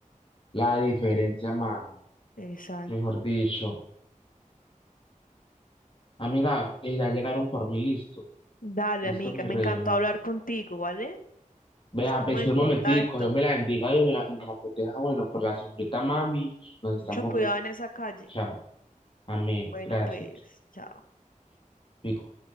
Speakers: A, on the left; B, on the left.
A: La diferencia, mami,
B: Exacto.
A: mejor dicho. Amiga, eh, ya llegaron por mí, listo,
B: Dale,
A: listo,
B: amiga,
A: mi
B: me
A: reina.
B: encantó hablar contigo, ¿vale?
A: Vea,
B: Estamos
A: espera
B: en
A: un
B: contacto.
A: momentico, Dios me la bendiga, Dios me la, y me la proteja. Bueno, por la sombrita, mami, nos estamos
B: Mucho cuidado
A: viendo.
B: en esa calle.
A: Chao, amén,
B: Bueno,
A: gracias.
B: pues, chao.
A: Pico.